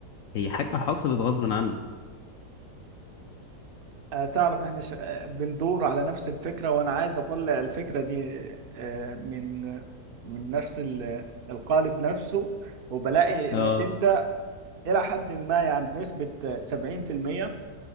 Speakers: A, on the left; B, on the right.
A: هي حاجة حصلت غصب عنك
B: آه، تعرف احنا ش... آه، بندور على نفس الفكرة وانا عايز اطلع الفكرة دي آه، من من نفس ال- القالب نفسه وبلاقي انك
A: اه
B: انت الى حد ما يعني بنسبة 70%